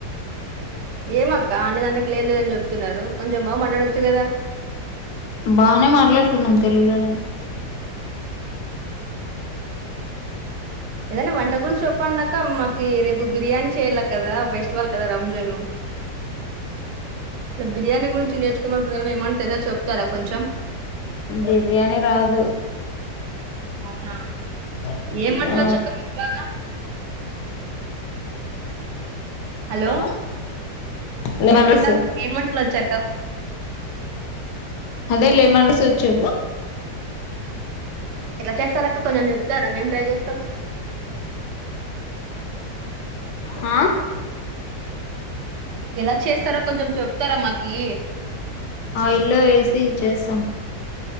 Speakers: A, on the right; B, on the left.
A: ఏమక్క అన్ని దాంట్లకి లేర్లేదని చెప్తున్నారు కొంచెం బాగా మాట్లాడచ్చు కదా.
B: బానే మాట్లాడుకున్నాం తెలుగులోనే
A: ఏదన్నా వంట గురించి చెప్పడంక మాకి రేపు బిర్యానీ చేయలా కదా, ఫెస్టివల్ కదా రంజాను. ఇలా బిర్యానీ గురించి నేర్చుకోమనుకుంటన్నార ఏమన్నా తెద చెప్తారా కొంచెం
B: బిర్యానీ రాదు.
A: అవునా
B: ఆ
A: ఏం వంటలు వచ్చక్క మీకు బాగా హలో
B: ఆ నిమనసు
A: అక్క ఏం వంటలొచ్చక్క
B: అదే లే మర్ర సొచ్చు
A: ఎట్ల చేస్తారక్క కొంచెం చెప్తారా మేం ట్రై చేస్తాం
B: ఆ
A: ఎలా చేస్తారో కొంచెం చెప్తారా మాకీ
B: ఆయిల్లో ఏసి చేసాం